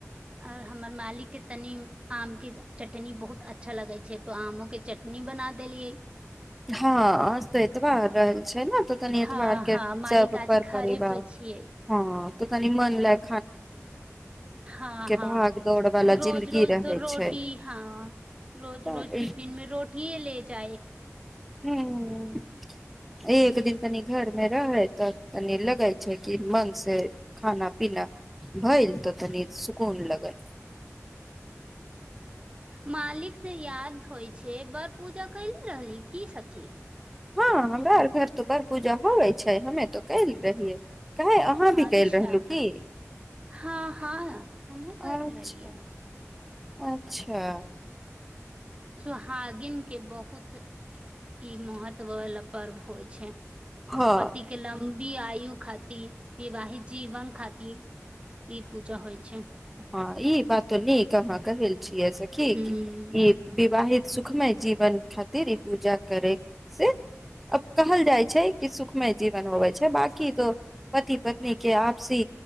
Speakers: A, on the right (about 20°); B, in the centre.
A: आओर हमर मालिकके तनि आम के चटनी बहुत अच्छा लगै छै तो आमो के चटनी बना देलियै
B: हँ तऽ एतबार रहल छै ने तऽ तनी
A: हँ
B: एतबार के
A: हँ मालिक
B: सब
A: आज
B: पर
A: घरे
B: परिवार
A: पे छियै
B: हँ त तनी मन लागै
A: हँ हँ
B: भाग दौड़ वाला
A: रोज
B: जिंन्दगी
A: रोज
B: रहे
A: त रोटी
B: छै
A: हँ रोज
B: तऽ
A: रोज टिफिन मे रोटी ह ले चाय
B: हू एक एक दिन तनी घर मे रहै तऽ कनी लगै छै कि मन से खाना पीना भैल तऽ तनी सकुन लगल
A: मालिक से याद होइ छै ब पूजा कले रहली की स ज
B: हँ हमरा आर घर तऽ बड़ पूजा होवे छै हमे तो कल रहियै काहे अहाँ भी
A: अच्छा
B: कल रहलु की
A: हँ हँ हमहुँ कर
B: अच्छा
A: रहलियै
B: अच्छा
A: सुोहागनके बहुत ई महत्व वला पर्व होइ छै
B: हँ
A: पतिके नाम वि आयु खातिर विवाहित जीवन खातिर ई पूजा होइ छै
B: ह ई बात न निक अहा कहल छीये से कि
A: हूँ
B: कि ई विवाहित सुखमय जीवन खातिर ई पूजा करै से अब कहल जाइ छै कि सुखमय जीवन होवे छै बाकी तो पति पत्नी के आपसी